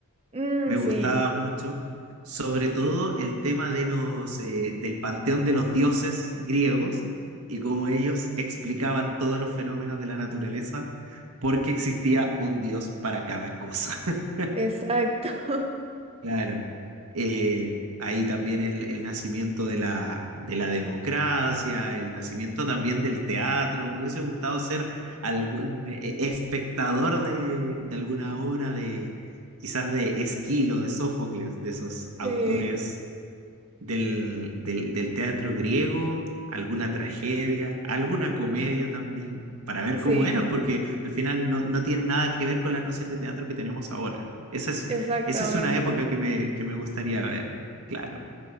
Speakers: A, on the right (about 25°); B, on the right (about 85°).
A: Mm,
B: me gustaba
A: sí,
B: mucho, sobre todo el tema de los, eh, del panteón de los dioses griegos y cómo ellos explicaban todos los fenómenos de la naturaleza porque existía un dios para cada cosa. <laughs>
A: exacto, <laughs>
B: Claro. Eh, ahí también el, el nacimiento de la, de la democracia, el nacimiento también del teatro. Me hubiese gustado ser algún eh, espectador de, de alguna obra de, quizás de Esquilo, de Sófocles, de esos autores
A: sí.
B: del, del, del teatro griego, alguna tragedia, alguna comedia también, para ver
A: Sí,
B: cómo eran, porque al final no, no tiene nada que ver con la noción de teatro que tenemos ahora. Esa es,
A: exactamente.
B: esa es una época que me, que me gustaría ver, claro.